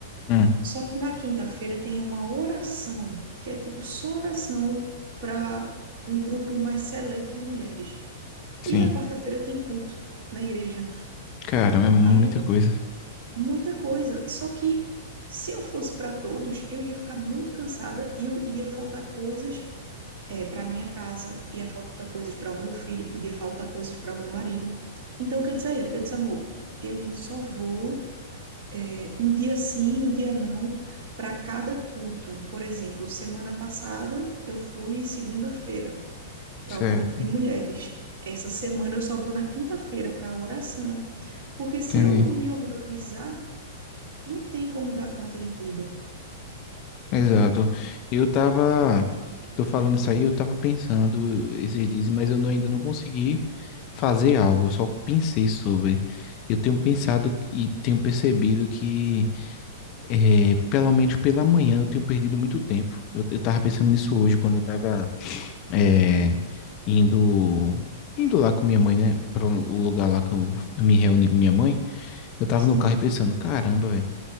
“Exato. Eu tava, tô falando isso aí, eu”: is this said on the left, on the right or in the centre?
Left